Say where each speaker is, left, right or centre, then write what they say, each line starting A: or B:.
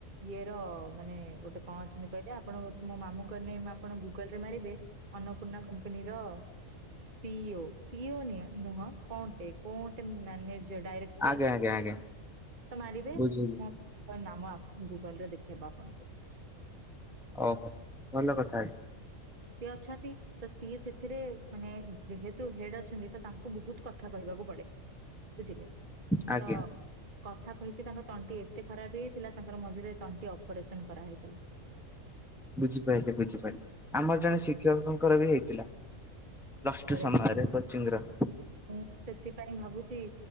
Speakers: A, on the right; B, in the centre.
A: ଇଏର ମାନେ ଗୋଟେ କଣ ଅଛନ୍ତି କହିଲେ ଆପଣ ମୋ ମାମୁଙ୍କ ନେମ୍ ଆପଣ ଗୁଗଲ ରେ ମାରିବେ ଅନ୍ନପୂର୍ଣ୍ଣା କମ୍ପାନୀର ସି ଇ ଓ, ସି ଇ ଓ ନୁହଁ କୋଉଟେ କୋଉଟେ ମ୍ୟାନେଜର ଡାଇରେକ୍ଟର
B: ଆଜ୍ଞା ଆଜ୍ଞା ଆଜ୍ଞା
A: ତ ମାରିବେ।
B: ବୁଝିଲି
A: ହ ନାମ ଗୁଗଲ ରେ ଦେଖେଇବା ଆପଣଙ୍କୁ।
B: ଓହୋ ଭଲ କଥା।
A: ସିଏ ଅଛନ୍ତି ତ ସିଏ ସେଥିରେ ମାନେ ଯେହେତୁ ହେଡ ଅଛନ୍ତି ତ ତାଙ୍କୁ ବହୁତ କଥା କହିବାକୁ ପଡେ। ବୁଝିଲେ
B: ଆଜ୍ଞା
A: ତ କଥା କହିକି ତାଙ୍କ ତଣ୍ଟି ଏତେ ଖରାପ ହେଇଆଇଥିଲା ତାଙ୍କର ମଝିରେ ତଣ୍ଟି ଅପରେସନ କରାହେଇଥିଲା।
B: ବୁଝିପାରିଲି ବୁଝିପାରିଲି ଆମର ଜଣେ ଶିକ୍ଷକଙ୍କର ବି ହେଇଥିଲା। ପ୍ଲସ
A: ତମରେ
B: ଟୁ ସମୟରେ
A: ବା
B: କୋଚିଂ ର।
A: ମୁଁ ସେଥିପାଇଁ ଭାବୁଚି